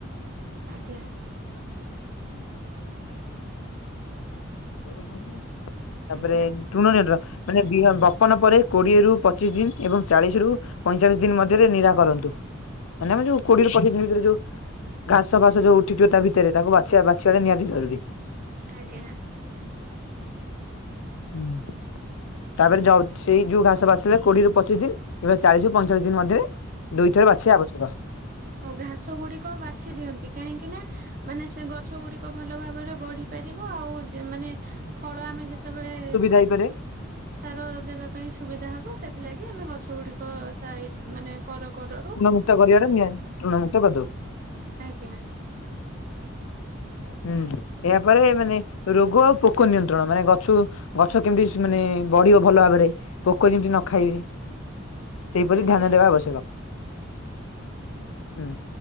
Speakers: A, on the right; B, on the left.
A: ଆଜ୍ଞା।
B: ଉଁ ହୁଁ <unintelligible>
A: ଆଜ୍ଞା
B: ମାନେ ବିହନ ବପନ ପରେ କୋଡିଏ ରୁ ପଚିଶ ଦିନ ଏବଂ ଚାଳିଶ ରୁ ପଇଁଚାଳିଶ ଦିନ ମଧ୍ୟରେ ନିରା କରନ୍ତୁ। ମାନେ ଆମେ ଯୋଉ କୋଡିଏ ରୁ ପଚିଶ ଦିନ ଭିତରେ ଯୋଉ ଘାସ ଫାସ ଯୋଉ ଉଠିଥିବ ତା ଭିତରେ ତାକୁ ବାଛିବା, ବାଛିବାଟା ନିଆହାନ୍ତି ଜରୁରୀ।
A: ଆଜ୍ଞା।
B: ହୁଁ, ତାପରେ ଜଲ ସେଇ ଯୋଉ ଘାସ ବାଛିଲେ କୋଡିଏରୁୁ ପଚିଶ ଦିନ କିମ୍ବା ଚାଳିଶରୁ ପଇଁଚାଳିଶ ଦିନ
A: ଆଜ୍ଞା।
B: ମଧ୍ୟରେ ଦୁଇଥର ବାଛିବା ଆବଶ୍ୟକ।
A: ଆଉ ଘାସ ଗୁଡିକ ବାଛି ଦିଅନ୍ତି, କାହିଁକି ନା ମାନେ ସେ ଗଛ ଗୁଡିକ ଭଲ ଭାବରେ ବଢି ପାରିବ। ଆଉ ଯେ ମାନେ ଫଳ ଆମେ ଯେତେବେଳେ
B: ଯାଇପାରେ।
A: ସାର ଦେବା ପାଇଁ ସୁବିଧା ହବ, ସେଥିଲାଗି ଆମେ ଗଛ ଗୁଡିକ ସାଇଟ ମାନେ କର କଡର
B: ଋଣ ମୁକ୍ତ କରିବାରେ ନିହାତି ଋଣ ମୁୁକ୍ତ କରିଦବୁ।
A: ଆଜ୍ଞା।
B: ହୁଁ ଏହାପରେ ମାନେ ରୋଗ ଆଉ ପୋକ ନିୟନ୍ତ୍ରଣ। ମାନେ ଗଛକୁ ଗଛ କେମିତି ସ ମାନେ ବଢିବ ଭଲ ଭାବରେ। ପୋକ ଯେମିତି ନ ଖାଇବେ। ସେହିପରି
A: ଆଜ୍ଞା
B: ଧ୍ୟାନ ଦେବା ଆବଶ୍ୟକ। ହୁଁ,